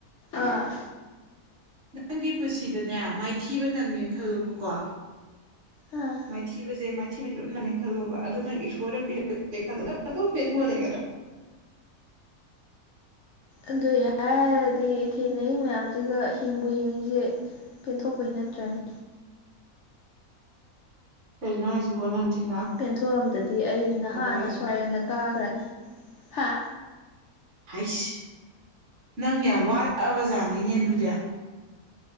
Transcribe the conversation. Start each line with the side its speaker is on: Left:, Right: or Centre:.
Left: ꯑ
Right: ꯅꯪꯒꯤ ꯄꯨꯟꯁꯤꯗꯅꯦ ꯃꯥꯏꯊꯤꯕ ꯅꯪꯉꯦ ꯈꯜꯂꯣꯕꯀꯣ
Left: ꯑꯥ
Right: ꯃꯥꯏꯊꯤꯕꯁꯦ ꯃꯥꯏꯊꯤꯕꯁꯦ ꯑꯗꯨꯝ ꯅꯪꯉꯦꯅ ꯈꯜꯂꯣꯕ ꯑꯗꯨ ꯅꯪ ꯏꯁꯣꯔꯅ ꯄꯤꯔꯛ ꯄꯥꯅꯦ ꯈꯟꯂꯒ ꯅꯪ ꯑꯗꯨꯝ ꯄꯦꯟꯊꯣꯛ ꯑꯥ ꯂꯩꯒꯗꯔꯥ
Left: ꯑꯗꯨꯏ ꯍꯥꯏꯔꯗꯤ ꯊꯦꯡꯅꯩ ꯃꯌꯥꯝꯁꯤꯒ ꯍꯤꯡꯕꯨ ꯍꯤꯡꯅꯤꯡꯗꯔꯦ ꯄꯦꯟꯊꯣꯛꯄꯩ ꯅꯠꯇ꯭ꯔꯅꯤ
Right: ꯀꯩꯅꯣ ꯍꯥꯏꯁꯤꯕꯨ ꯅꯪ ꯊꯦꯡꯅ
Left: ꯄꯦꯟꯊꯣꯛꯑꯝꯗꯔꯗꯤ ꯑꯩ ꯅꯍꯥꯟꯅ
Right: ꯍꯥꯏꯁꯦ
Left: ꯁꯨꯋꯥꯔꯦꯟꯗ ꯀꯥꯈ꯭ꯔꯅꯤ ꯍꯥ
Right: ꯍꯥꯏꯁ ꯅꯪ ꯌꯥꯝ ꯋꯥꯔꯛꯑꯕ ꯖꯥꯠꯅꯤꯅꯦ ꯑꯗꯨꯗꯤ